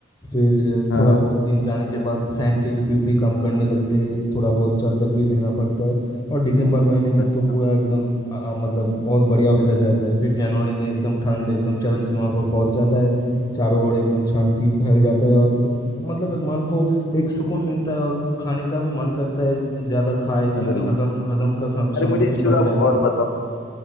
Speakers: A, on the left; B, on the left.
A: फिर अ,
B: हाँ
A: थोड़ा बहुत दिन जाने के बाद फैन की स्पीड भी कम करने लगते हैं थोड़ा बहुत चादर भी लेना पड़ता है और दिसंबर महीने में
B: अच्छा
A: तो पूरा एकदम अ, अ, मतलब बहुत बढ़िया वेदर रहता है फिर जनवरी में एकदम ठंड एकदम चरम सीमा पर पहुंच जाता है चारों ओर एकदम शांति फैल जाता है और उस- मतलब एक मन को एक सुकून मिलता है और खाने का भी मन करता है ज्यादा खाए क्योंकि
B: समझ रहा हूँ
A: हजम हजम का खम- क्षमता
B: अरे मुझे एक
A: भी
B: चीज
A: बढ़
B: आप
A: जाती
B: और
A: है
B: बताओ